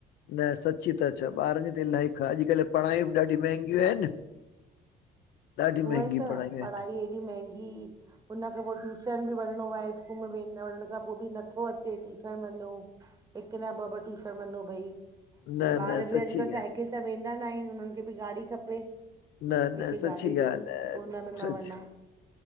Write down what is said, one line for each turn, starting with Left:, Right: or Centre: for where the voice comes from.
Left: न सची त चों ॿारनि जी त इलाही खा अॼुकल्ह पढ़ाइूं बि ॾाढी महांगियूं आहिनि ॾाढी महांगी
Right: उ ई त
Left: पढ़ायूं
Right: पढ़ाई
Left: आहिनि
Right: एॾी महंगी हुन खां पोइ टू ट्यूशन बि वञिणो आहे स्कूल में वें वञण खां पोइ बि नथो अचे ट्यूशन वञो हिकु न बाबा टूषण मञो भई
Left: न
Right: बार
Left: न सची
Right: बि अॼकल्ह
Left: ॻाल्हि
Right: साइकिल त वेंदा न आहिनि उन्हनि खे बि गाॾी खपे।
Left: न
Right: मूंखे
Left: न सची
Right: गाॾी ॾियो
Left: ॻाल्हि आहे
Right: त हुन में
Left: सच
Right: मां वञा